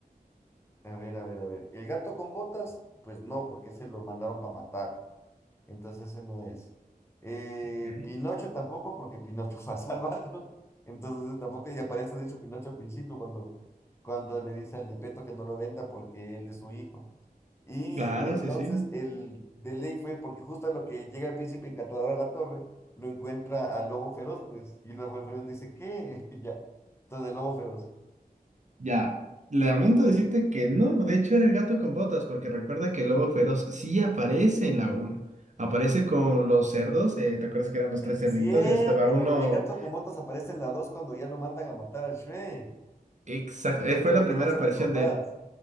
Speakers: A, on the left; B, on the right.
A: A ver, a ver, a ver. ¿El gato con botas? Pues no, porque ese lo mandaron para matar. Entonces ese no es. Eh,
B: Ok.
A: Pinocho tampoco, porque Pinocho <laughs> fue a salvarlo. Entonces ese tampoco. Y aparece, de hecho, Pinocho al principio cuando, cuando le dice al Gepetto que no lo venda porque él es su hijo. Y
B: Claro,
A: entonces
B: sí, sí.
A: el de ley fue porque justo a lo que llega el príncipe encantador a la torre, lo encuentra al lobo feroz, pues. Y el lobo feroz dice, ¿qué? <laughs> Y ya. Entonces el lobo feroz.
B: Ya, lamento decirte que no, de hecho era el gato con botas, porque recuerda que el lobo feroz sí aparece en la uno, Aparece con los cerdos, eh, ¿te acuerdas que eran los tres cerditos?
A: Cierto,
B: Ya estaba uno
A: el gato con botas aparece en la 2 cuando ya lo mandan a matar a Shrek,
B: exacto, eh,
A: porque
B: fue
A: lo
B: la primera
A: conocen
B: aparición
A: los papás.
B: de él.